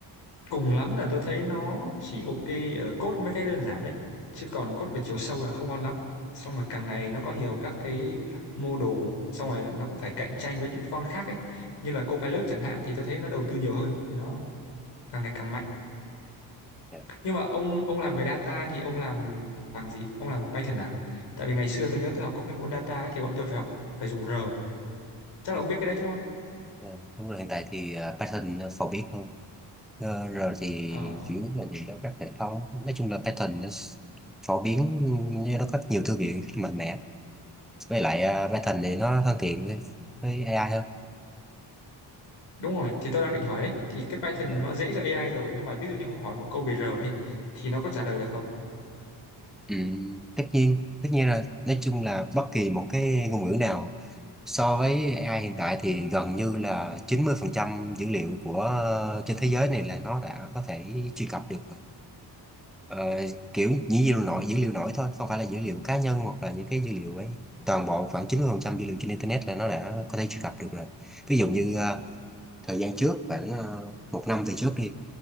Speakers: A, on the left; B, in the centre.
A: cùng lắm là tôi thấy nó chỉ ok ở code mấy cái đơn giản đấy. Chứ còn code về chiều sâu là không ngon lắm. Xong rồi càng ngày nó có nhiều các cái mô đồ xong rồi nó cũng phải cạnh tranh với những cái con khác ấy. Như là Copilot chẳng hạn thì tôi thấy nó đầu tư nhiều hơn thì nó càng ngày càng mạnh.
B: Dạ.
A: Nhưng mà ông ông làm về data thì ông làm bằng gì? Ông làm bằng Python à? Tại vì ngày xưa tôi nhớ tôi học có cái môn data ấy, thì bọn tôi phải học phải dùng R. Chắc là
B: Ừ.
A: ông biết cái đấy chứ đúng không?
B: Ờ, đúng rồi hiện tại thì ờ, Python nó phổ biến hơn Ờ, rồi thì
A: Ờ,
B: chủ yếu là nhìn cho các hệ thống nói chung là Python nó s- phổ biến như nó có nhiều thư viện mạnh mẽ với lại ờ, Python thì nó thân thiện với với AI hơn
A: đúng rồi. Thì tôi đang định hỏi đấy. Thì cái Python
B: Dạ.
A: nó dễ cho AI rồi nhưng mà ví dụ như ông hỏi một câu về R đi thì nó có trả lời được không?
B: ừ, tất nhiên tất nhiên rồi nói chung là bất kỳ một cái ngôn ngữ nào So với AI hiện tại thì gần như là 90% dữ liệu của ờ, trên thế giới này là nó đã có thể truy cập được rồi. Ờ, kiểu dữ liệu nổi, dữ liệu nổi thôi, không phải là dữ liệu cá nhân hoặc là những cái dữ liệu ấy. Toàn bộ khoảng 90% dữ liệu trên Internet là nó đã có thể truy cập được rồi. Ví dụ như ờ, thời gian trước khoảng ờ, một năm về trước đi